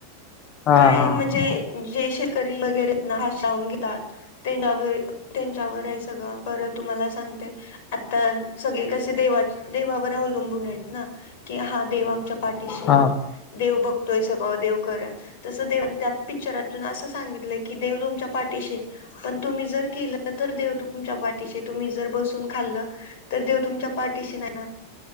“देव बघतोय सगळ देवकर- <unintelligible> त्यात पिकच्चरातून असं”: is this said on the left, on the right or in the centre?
Left